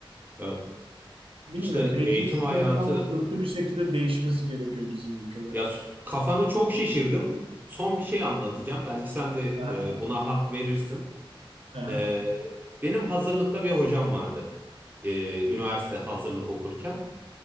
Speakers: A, on the right; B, on the right.
A: Ya
B: Bilmiyorum
A: işte
B: eğitim
A: eğitim
B: sisteminin
A: hayatı
B: ama köklü bir şekilde değişmesi gerekiyor bizim ülkede.
A: ya s- kafanı çok şişirdim. Son bir şey anlatacağım. Belki sen de
B: Aha,
A: e, buna hak verirsin.
B: aha,
A: E, benim hazırlıkta bir hocam vardı. E, üniversite hazırlık okurken.